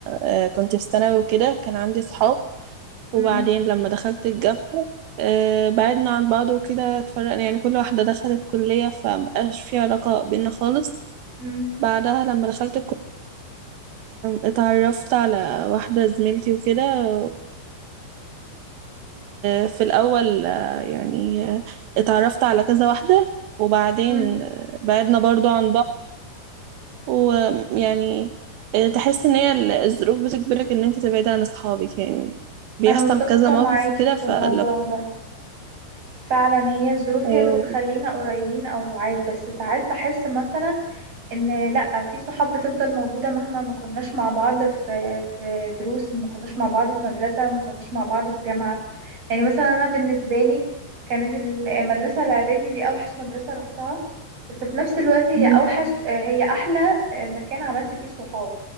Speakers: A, on the right; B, on the right.
A: آه، كنت في ثانوي وكده كان عندي صحاب وبعدين
B: مم.
A: لما دخلت الجامعه آه، بعدنا عن بعض وكده اتفرقنا يعني كل واحده دخلت كليه فمبقاش في علاقه بينا خالص
B: مم.
A: بعدها لما دخلت الكليه اتعرفت على واحده زميلتي وكده وفي الاول آه، يعني آه، اتعرفت على كذا واحده وبعدين
B: مم.
A: آه، بعدنا برضو عن بعض ويعني آه، تحس ان هي ال- الظروف بتجبرك ان انت تبعدي عن اصحابك يعني بيحصل
B: أنا متفقة
A: كذا موقف
B: معاكي
A: وكده
B: في
A: فلو
B: الموضوع ده فعلا هي الظروف
A: <laughs> آه،
B: هي اللي بتخلينا قريبين أو بعاد بس ساعات بحس مثلا ان لا في صحاب بتفضل موجودة مهما ما كناش مع بعض في في دروس وما كناش مع بعض في مدرسة وما كناش مع بعض في جامعة يعني مثلا انا بالنسبة لي كانت المدرسة الاعدادي دي اوحش مدرسة رحتها بس في نفس الوقت هي
A: م-
B: اوحش هي احلى مكان عملت فيه صحاب